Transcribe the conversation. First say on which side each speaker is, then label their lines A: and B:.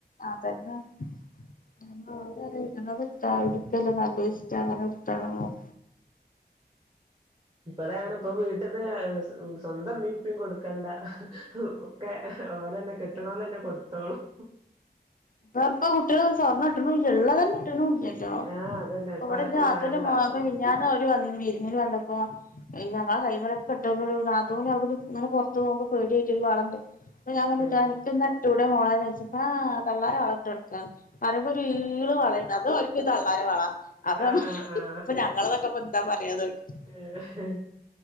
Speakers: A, on the left; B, on the right.
A: അതന്നെ <unintelligible> <unintelligible> എടുക്കല് നല്ല ഇഷ്ടാണ് അങ്ങനെ ഇത് തെളങ്ങും
B: ഇപ്പതാണ് ഇപ്പൊ വീട്ടിന്ന് സ്വന്തം ഇമ്മിയിം ഇപ്പിയിം കൊടുക്കണ്ട ഒക്കെ ഓലെന്നെ കെ ട്ട്ണോലെന്നെ കൊടുത്തോളും
A: ഇന്ന ഇപ്പ കുട്ടിള് സ്വർണ്ണ ഇട്ണു ള്ളത് ന്നെ ഇട്ണു ഇല്ലല്ലോ
B: ആഹ് അതന്നെ
A: ഇപ്പ ഇവ്ടെ
B: ആർക്കും
A: ഇന്റെ നാത്തൂന്റെ
B: വേണ്ട
A: മോൾ മിഞ്ഞാന്ന് ഓല് <unintelligible> വന്നിനി വിരുന്നിന് വന്നപ്പോ അയ് ഞങ്ങളെ കൈമലൊക്കെ ഇട്ടത് നാത്തൂന് അവിട്ന്ന് ഇങ്ങനെ പൊറത്ത് പോവുമ്പോ പേടിയായിട്ട് ഒര് വളട്ട്. ഇന്ന ഞാൻ തന്നെ
B: ഏഹ്
A: ഇടാ <unintelligible> വിടെ മളാനച്ച പ <unintelligible> തള്ളാര് അകത്തു കടക്ക പറയുമ്പോ ഒരു ഈള് വളയ അത് ഒൽ ക്ക് തള്ള വള അപ്പൊ
B: ആ ആ ആ
A: ഇപ്പൊ ഞങ്ങളതൊക്കെ ഇപ്പൊ എന്താ പറയാന്ന് ചോദിക്കും
B: ഉ